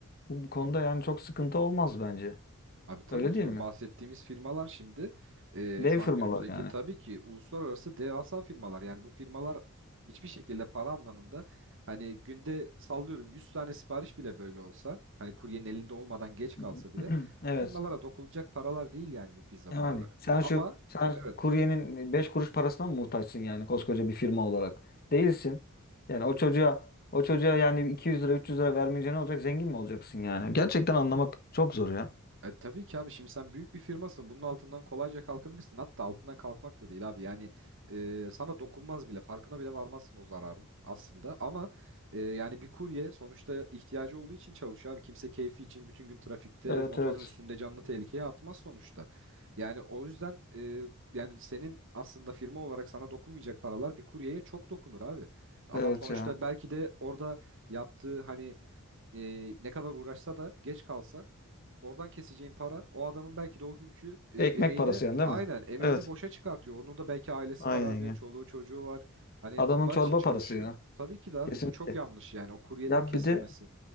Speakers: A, on the left (about 45°); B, on the right (about 60°).
A: Bu, bu konuda yani çok sıkıntı olmaz bence.
B: Abi tabii
A: Öyle
B: ki
A: değil
B: bu
A: mi?
B: bahsettiğimiz firmalar şimdi eee,
A: Dev
B: şu
A: firmalar
B: an günümüzdeki
A: yani.
B: tabii ki uluslararası devasa firmalar. Yani bu firmalar hiçbir şekilde para anlamında hani günde sallıyorum 100 tane sipariş bile böyle olsa hani kuryenin elinde olmadan geç
A: <laughs>
B: kalsa bile
A: <clears throat> Evet.
B: bu firmalara dokunulacak paralar değil yani bu pizza
A: Yani
B: paraları.
A: sen şu
B: Ama
A: sen
B: evet
A: kuryenin 5 kuruş parasına mı muhtaçsın yani koskoca bir firma olarak? Değilsin. Yani o çocuğa o çocuğa yani 200 lira 300 lira vermeyince ne olacak? Zengin mi olacaksın yani? Gerçekten anlamak çok zor ya.
B: E, tabii ki abi şimdi sen büyük bir firmasın. Bunun altından kolayca kalkabilirsin. Hatta altından kalkmak da değil abi. Yani e, sana dokunmaz bile. Farkına bile varmazsın o zararın aslında. Ama e, yani bir kurye sonuçta ihtiyacı olduğu için çalışıyor abi. Kimse keyfi için bütün gün trafikte
A: Evet
B: motorun
A: evet.
B: üstünde canlı tehlikeye atmaz sonuçta. Yani o yüzden e, yani senin aslında firma olarak sana dokunmayacak paralar bir kuryeye çok dokunur abi. Adam
A: Evet
B: sonuçta
A: ya.
B: belki de orada yaptığı hani e, ne kadar uğraşsa da geç kalsa Oradan keseceğin para o adamın belki de o günkü e,
A: Ekmek
B: emeğini
A: parası yani değil
B: aynen
A: mi?
B: emeğini
A: Evet.
B: boşa çıkartıyor. Onun da belki ailesi
A: Aynen
B: var abi,
A: ya.
B: çoluğu çocuğu var. Hani
A: Adamın
B: onlar
A: çorba
B: için çalışıyor.
A: parası ya.
B: Tabii ki de abi
A: Kesinlikle.
B: bu çok yanlış yani o kuryeden
A: Ya
B: kesilmesi.
A: bir de